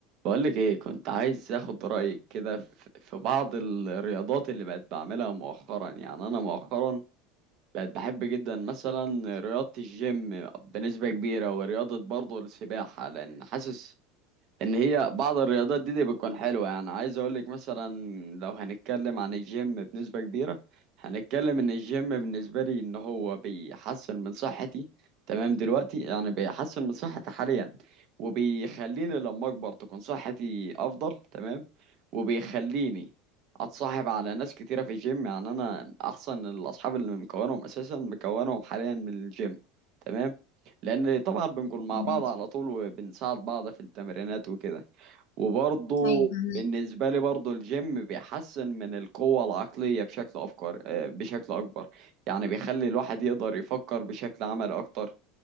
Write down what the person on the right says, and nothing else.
بقولك ايه كنت عايز اخد رأيك كده في في بعض الرياضات اللي بقت بعملها مؤخرا يعني انا مؤخرا بقت بحب جدا مثلا رياضة الجيم بنسبة كبيرة ورياضة برضه السباحة لان حاسس ان هي بعض الرياضات دي, دي بتكون حلوه يعني عايز اقول لك مثلا لو هنتكلم عن الجيم بنسبه كبيره هنتكلم ان الجيم بالنسبه لي ان هو بيحسن من صحتي تمام دلوقتي يعني بيحسن من صحتي حاليا وبيخليني لما اكبر تكون صحتي افضل تمام وبيخليني اتصاحب على ناس كتيره في الجيم يعني انا احسن الاصحاب اللي مكونهم اساسا مكونهم حاليا من الجيم تمام لان طبعا بنكون مع بعض
على طول وبنساعد بعض في التمرينات وكده وبرضه
بالنسبة لي برضه الجيم بيحسن من القوة العقلية بشكل أفكار آه، بشكل أكبر يعني بيخلي الواحد يقدر يفكر بشكل عملي أكتر